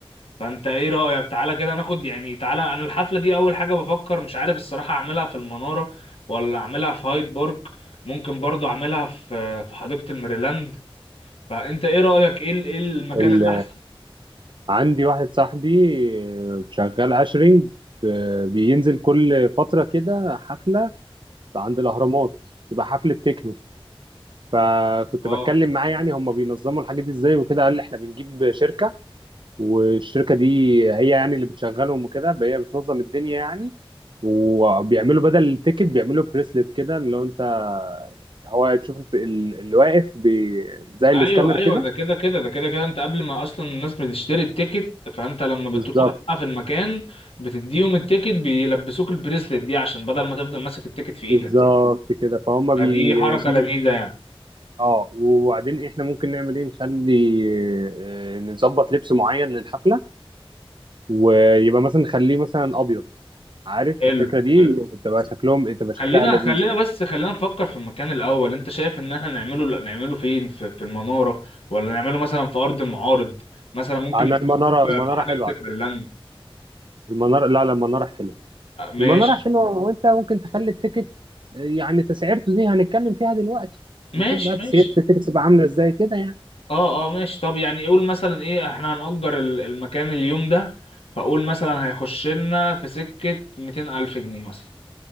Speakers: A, on the left; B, on the right.
A: فانت ايه رأيك تعالى كده ناخد يعني تعالى انا الحفلة دي اول حاجة بفكر مش عارف الصراحة اعملها في المنارة ولا اعملها في هايد بارك ممكن برضو اعملها في في حديقة الميريلاند فانت ايه رأيك ايه ال- إيه المكان
B: ال-
A: اللي احسن
B: عندي واحد صاحبي آه، شغال عشرينج آه، بينزل كل فترة كده حفلة عند الأهرامات تبقى حفلة تكنو فكنت
A: اه
B: بتكلم معاه يعني هم بينظموا الحاجة دي ازاي وكده قال لي احنا بنجيب شركة والشركة دي هي يعني اللي بتشغلهم وكده هي بتنظم الدنيا يعني وبيعملوا بدل التيكت بيعملوا بريسلت كده اللي هو انت هو تشوف ال- ال- اللي واقف بي- زي
A: ايوه
B: السكانر
A: ايوه
B: كده
A: ده كده كده ده كده كده انت قبل ما اصلا الناس بتشتري التيكت فانت لما بتروح
B: بالظبط
A: بقى في المكان بتديهم التيكت بيلبسوك البريسلت دي عشان بدل ما تفضل ماسك التيكت في ايدك
B: بالظبط كده فهم
A: فدي
B: بيجيبوا
A: حركه لذيذه يعني
B: اه وبعدين احنا ممكن نعمل ايه نخلي آه، نظبط لبس معين للحفله ويبقى مثلا نخليه مثلا ابيض عارف
A: حلو
B: الفكره دي
A: حلو
B: بتبقى شكلهم تبقى
A: خلينا
B: شكلها لذيذ
A: خلينا بس خلينا نفكر في المكان الاول انت شايف ان احنا نعمله نعمله فين في, في المناره ولا نعمله مثلا في ارض المعارض مثلا ممكن
B: انا
A: نعمله
B: المناره
A: في
B: المناره
A: في حديقه
B: حلوه على فكره
A: الميرلاند
B: المناره لا لا المناره حلوه
A: آه، ماشي
B: المناره حلوه وانت ممكن تخلي التيكت آه، يعني تسعيرته دي هنتكلم فيها دلوقتي
A: ماشي
B: هنشوف بقى
A: ماشي
B: تسعيره التيكت تبقى عامله ازاي كده يعني
A: اه اه ماشي طب يعني قول مثلا ايه احنا هنأجر ال- المكان اليوم ده فقول مثلا هيخش لنا في سكة 200 ألف جنيه مثلا